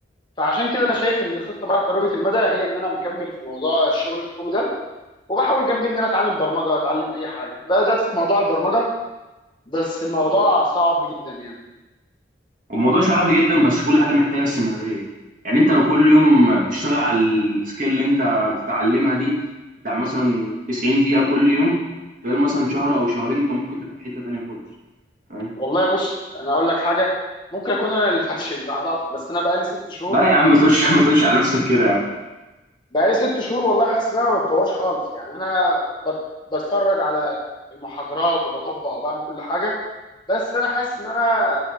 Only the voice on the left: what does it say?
فعشان كده انا شايف ان الخطه بقى قريبه المدى هي ان انا مكمل في موضوع الشغل الحكومي ده وبحاول جنبي ان انا اتعلم برمجه اتعلم اي حاجه بدات في موضوع البرمجه بس الموضوع صعب جدا يعني
والله بص انا اقول لك حاجه ممكن اكون انا اللي <laughs> فاشل ما اعرفش بس انا بقالي ست شهور
تمام
بقالي ست شهور والله حاسس ان انا ما بتطورش خالص يعني انا بت- بتفرج على المحاضرات وبطبق وبعمل كل حاجه بس انا حاسس ان انا